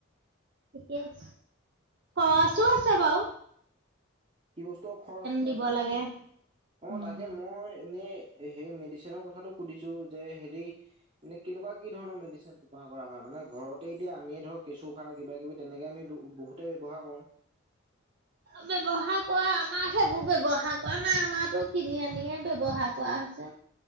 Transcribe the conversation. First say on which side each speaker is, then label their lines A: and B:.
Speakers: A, on the right; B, on the right.
A: <unintelligible> অ
B: উম,
A: অছো
B: উম,
A: আছে বাওঁ
B: কি বস্তু খৰচ খৰচ
A: দিব
B: আ
A: লাগে
B: অ
A: উম।
B: তাকে মই এনেই। সেই মেডিচিনৰ কথাটো সুধিছো যে হেৰি মানে কেনেকুৱা কি ধৰণৰ মেডিচিন ব্যৱহাৰ কৰা হয় মানে ঘৰতে এতিয়া আমিয়ে ধৰক কেঁচু সাৰ কিবা কিবি তেনেকে আমি বহুতে ব্যৱহাৰ কৰো।
A: ব্যবহাৰ কৰা আমাৰ সেইবোৰ ব্যৱহাৰ কৰা নাই আমাৰটো কিনি আনিয়ে ব্যবহাৰ কৰা হৈছে।